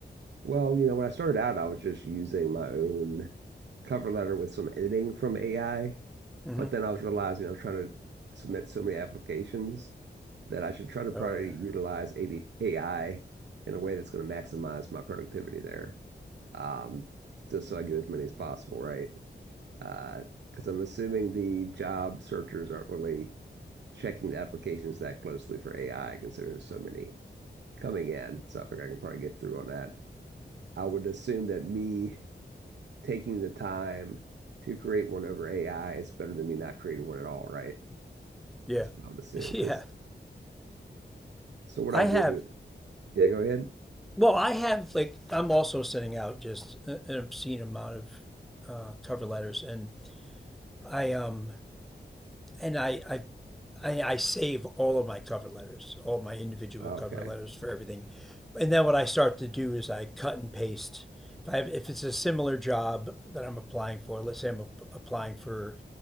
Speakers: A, on the right (about 80°); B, in the centre.
A: Well, you know, when I started out, I was just using my own cover letter with some editing from AI,
B: Mm-hmm.
A: but then I was realizing I was trying to submit so many applications that I should try to probably
B: Oh yeah,
A: utilize AD AI in a way that's going to maximize my productivity there, um, just so I get as many as possible, right? Uh, because I'm assuming the job searchers aren't really checking the applications that closely for AI, considering there's so many coming in. So I figure I can probably get through on that. I would assume that me taking the time to create one over AI is better than me not creating one at all, right?
B: yeah,
A: That's what I would assume. Because
B: <laughs> yeah.
A: so what
B: I
A: I do,
B: have.
A: yeah, go ahead.
B: Well, I have like I'm also sending out just an obscene amount of uh, cover letters, and I um and I, I I I save all of my cover letters, all my individual
A: Okay.
B: cover letters for everything, and then what I start to do is I cut and paste. If I have, if it's a similar job that I'm applying for, let's say I'm ap- applying for